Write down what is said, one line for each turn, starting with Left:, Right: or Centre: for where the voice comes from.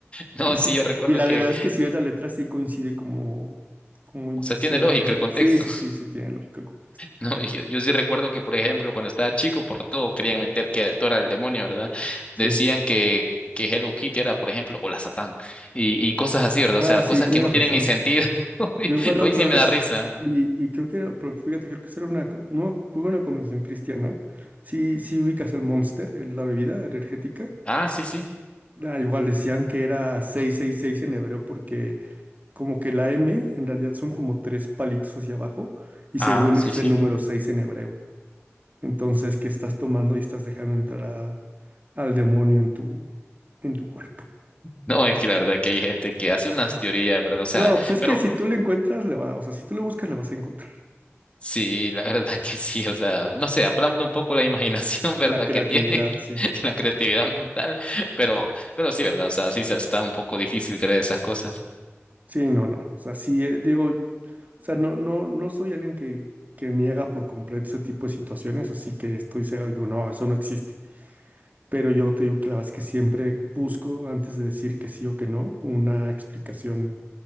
Left: No,
Right: Y
Left: sí,
Right: sí,
Left: yo recuerdo
Right: y la
Left: que,
Right: verdad es que si ves la letra sí coincide como, como
Left: o
Right: diciendo
Left: sea, tiene lógica
Right: que le está.
Left: el contexto.
Right: Sí, sí,
Left: <laughs>
Right: sí, sí, tiene lógica el contexto.
Left: No, Y yo, yo sí recuerdo que, por ejemplo, cuando estaba chico, por todo querían meter que era Dora del demonio, ¿verdad?
Right: Sí.
Left: Decían que, que Hello Kitty era, por ejemplo, o la Satán. Y, y cosas así, ¿verdad?
Right: Ah,
Left: O sea,
Right: sí,
Left: cosas
Right: tienes
Left: que no tienen
Right: razón.
Left: ni sentido. <laughs> Hoy,
Right: Yo igual
Left: hoy
Right: la otra
Left: sí
Right: vez,
Left: me da risa.
Right: y, y creo que era, porque fíjate, creo que esa era una, co- no, creo que una convención cristiana. Sí, sí ubicas el Monster, el- la bebida energética.
Left: Ah, sí, sí.
Right: Ah, igual decían que era seiscientos sesenta y seis en hebreo porque como que la M en realidad son como tres palitos hacia abajo y según
Left: Ah, sí,
Right: ese es
Left: sí.
Right: el número 6 en hebreo. Entonces, que estás tomando y estás dejando entrar a- al demonio en tu, en tu cuerpo.
Left: No, es que la verdad que hay gente que hace unas teorías, ¿verdad? O sea,
Right: No, pues es
Left: pero
Right: que si tú le encuentras, le va, o sea, si tú le buscas, le vas a encontrar.
Left: Sí, la verdad que sí, o sea, no sé, aplaudo un poco la imaginación, <laughs> ¿verdad?
Right: La creatividad,
Left: que tiene
Right: sí.
Left: <laughs> la creatividad mental, pero, pero sí, ¿verdad? O sea, sí se- está un poco difícil creer esas cosas.
Right: Sí, no, no. O sea, sí, eh, digo, o sea, no, no, no soy alguien que, que niega por completo ese tipo de situaciones, así que estoy cegado y digo, no, eso no existe. Pero yo te digo que la verdad es que siempre busco, antes de decir que sí o que no, una explicación